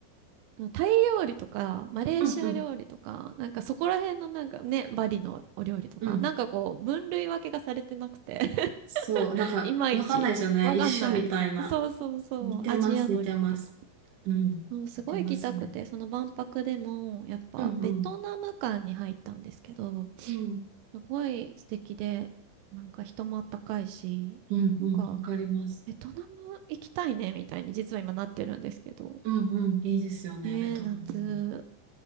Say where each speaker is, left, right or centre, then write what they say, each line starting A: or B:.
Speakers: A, on the right; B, on the right.
A: タイ料理とか、マレーシア料理とか、
B: うんうん
A: なんかそこら辺のなんかね、バリのお料理とか、
B: うん。
A: なんかこう、分類分けがされてなくて
B: そう。
A: <laughs>
B: なんか、
A: いまいち、
B: わかんないですよね。
A: わかんない。
B: 一緒みたいな。
A: そうそうそう、
B: 似てます、
A: アジアの料理。
B: 似てます。うん。
A: そう、すごい行きたくて、
B: 似てますね。
A: その万博でも、やっぱベトナム館に入ったんですけど、
B: うんうん。うん。
A: すごい素敵で、なんか人もあったかいし、
B: うんうん。
A: なんか、
B: わかります。
A: ベトナム行きたいね、みたいに実は今なってるんですけど。
B: うんうん。いいですよね。
A: ねえ、
B: ベトナムも。
A: 夏、